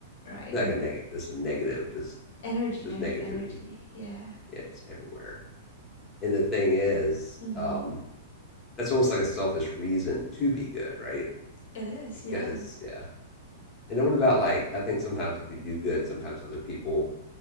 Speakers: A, on the left; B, on the left.
A: right?
B: Like
A: And
B: a negative. This is negative. Just
A: energy,
B: it's just
A: negative
B: negativity.
A: energy. Yeah.
B: yeah, just everywhere. And the thing is,
A: Mm-hmm.
B: um, that's almost like a selfish reason to be good, right?
A: It is,
B: Because
A: yeah.
B: yeah. And then what about like I think sometimes if you do good, sometimes other people